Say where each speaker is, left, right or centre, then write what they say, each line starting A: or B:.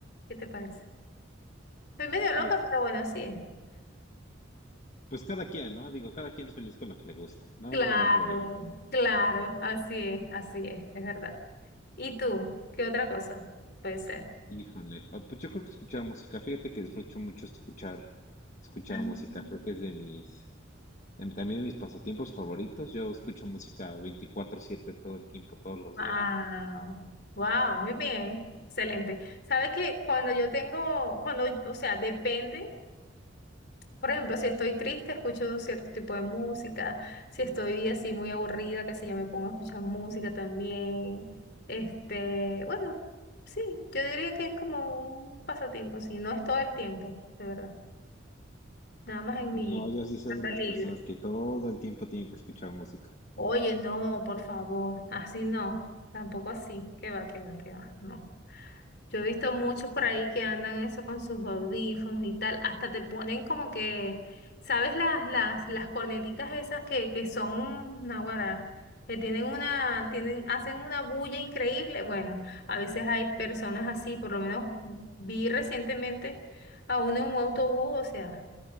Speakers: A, on the left; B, on the left.
A: ¿Qué te parece? Soy medio loca,
B: Pues,
A: pero bueno, así es.
B: pues cada quien, ¿no? Digo, cada quien es feliz con lo que le gusta. Nada
A: Claro,
B: de ver problema.
A: claro, así es, así es, es verdad. ¿Y tú? ¿Qué otra cosa puede ser?
B: Híjole, ah, pues yo creo que escuchar música, fíjate que disfruto mucho escuchar, escuchar
A: Mm.
B: música, creo que es de mis, Em, También mis pasatiempos favoritos, yo escucho música 24/7 todo el tiempo, todos los
A: Wow,
B: días.
A: wow, muy bien, excelente. Sabes que cuando yo tengo, cuando, o sea, depende. Por ejemplo, si estoy triste, escucho cierto tipo de música. Si estoy así muy aburrida, qué sé yo, me pongo a escuchar música también. Este, bueno, sí, yo diría que es como un pasatiempo, sí, no es todo el tiempo, de verdad. Nada más en mi
B: No, yo sí soy
A: carta
B: de las
A: libre.
B: personas que todo el tiempo tienen que escuchar música.
A: Oye, no, por favor, así no, tampoco así. Qué va, qué va, qué va, no. Yo he visto muchos por ahí que andan eso con sus audífonos y tal, hasta te ponen como que, ¿sabes las, las, las corneticas esas que, que son naguará? Que tienen una, tienen, hacen una bulla increíble. Bueno, a veces hay personas así, por lo menos vi recientemente a uno en un autobús, o sea,